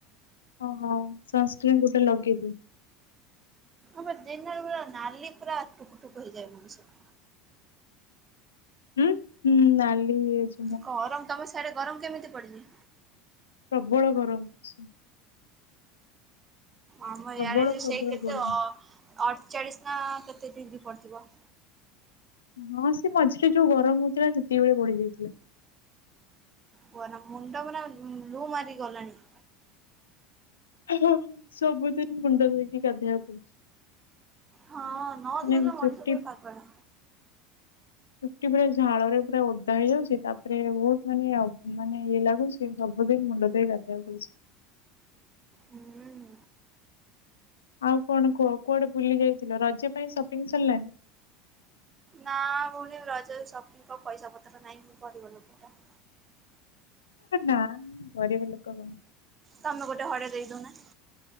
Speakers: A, on the left; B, on the right.
A: ହଁ ହଁ ସନ୍ସ୍କ୍ରିନ୍ ଗୋଟେ ଲଗେଇ ଦିଅ।
B: ଆମର ଦିନରେ ପୁରା ନାଲି ପୁରା ଟୁକୁ ଟୁକୁ ହେଇଯାଏ ମଣିଷ।
A: ହୁଁ ହୁଁ ନାଲି ଏଛି
B: ଗରମ ତମ ସିଆଡ଼େ ଗରମ କେମିତି ପଡିଲି
A: ପ୍ରବଳ ଗରମ।
B: ଆମ
A: ପ୍ରବଳ
B: ଇୟାରେ ଯେ
A: ପ୍ରବଳ
B: ସେଇ କେତେ
A: ଗରମ।
B: ଅ ଅଠଚାଳିଶ ନା କେତେ ଡିଗ୍ରୀ ପଡିଥିବ।
A: ହଁ ସେ ମଝିରେ ଯୋଉ ଗରମ ହଉଥିଲା ସେତିକିବେଳେ ବଢି ଯାଇଥିଲା।
B: ଗରମ ମୁଣ୍ଡ ମାନେ ଲୁ ମାରି ଗଲାଣି।
A: ହ ସବୁଦିନ ମୁଣ୍ଡ ଧୋଇକି ଗାଧେଇଆକୁ ପଡୁଛି।
B: ହଁ। ନ ଧୋଇଲେ
A: ନେମ
B: ମଣିଷ
A: ଚୁଟିପ୍
B: ପୁରା ପାଗଳା।
A: ଚୁଟି ପୁରା ଝାଳ ରେ ପୁରା ଓଦା ହେଇଯାଉଚି ତାପରେ ବହୁତ ମାନେ ମାନେ ଇଏ ଲାଗୁ ସେ ସବୁ ଦିନ୍ ମୁଣ୍ଡ ଧୋଇ ଗାଧେଇବାକୁ ପଡୁଛି।
B: ହୁଁ ହୁଁ।
A: ଆଉ କଣ କୁହ କୁଆଡେ ବୁଲି ଯାଇଥିଲ ରଜ ପାଇଁ ସପିଙ୍ଗ ସଲାଣି
B: ନା ଭଉଣି ରଜ ସପିଙ୍ଗ କ ପଇସା ପତ୍ର ନାହିଁ ମୁଁ ଗରିବ ଲୋକଟା।
A: ନା ଗରିବ ଲୋକ କ
B: ତମେ ଗୋଟେ ହରେ ଦେଇଦଉନା।